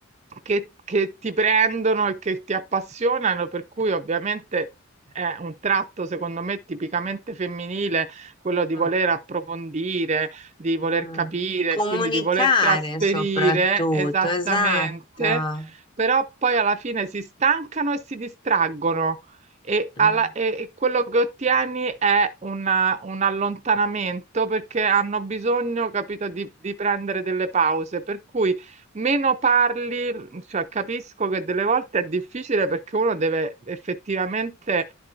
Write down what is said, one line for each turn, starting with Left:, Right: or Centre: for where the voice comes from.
Right: che, che ti prendono e che ti appassionano, per cui ovviamente è un tratto, secondo me, tipicamente femminile, quello di
Left: mm,
Right: voler approfondire, di voler
Left: mm.
Right: capire,
Left: Comunicare
Right: quindi di voler trasferire
Left: soprattutto,
Right: esattamente,
Left: esatto.
Right: però poi alla fine si stancano e si distraggono. E,
Left: Mm,
Right: alla- e- e quello che ottieni è una- un allontanamento perché hanno bisogno, capito, di, di prendere delle pause. Per cui meno parli, cioè capisco che delle volte è difficile perché uno deve effettivamente